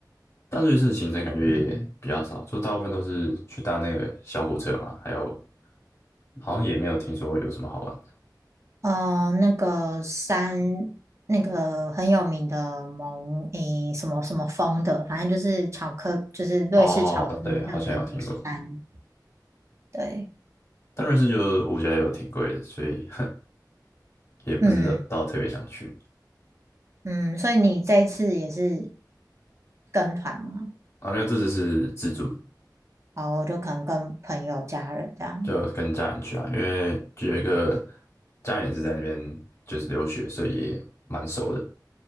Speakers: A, on the left; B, on the right.
A: 但瑞士的行程感觉也比较少，就大部分都是去搭那个小火车嘛，还有好像也没有听说有什么好玩的。
B: 呃，那个山，那个很有名的蒙，诶，什么什么峰的，反正就是巧克，就是瑞士巧克力上面有个山。
A: 哦，对，好像有听过，
B: 对，
A: 但瑞士就物价又挺贵的，所以 <laughs> 也不知道特别想去。
B: 嗯嗯，所以你这次也是跟团吗？
A: 啊，没有，这次是自助，
B: 哦，就可能跟朋友、家人这样。
A: 就跟家人去啊，因为就有一个家人也是在那边就是留学，所以也蛮熟的。